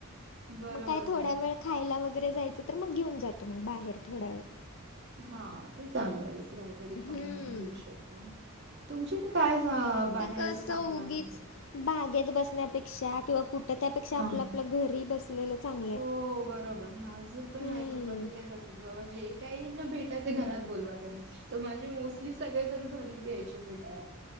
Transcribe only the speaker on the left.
मग काय थोड्या
वे. खायला वगैरे जायचं तर मग घेऊन जातो मग बाहेर थोडा वेळ.
हम्म
ते कसं
उगीच
बागेत बसण्यापेक्षा किंवा कुठं त्यापेक्षा
आपलं आपलं घरी बसलेलं. चांगलं
आहे.
हम्म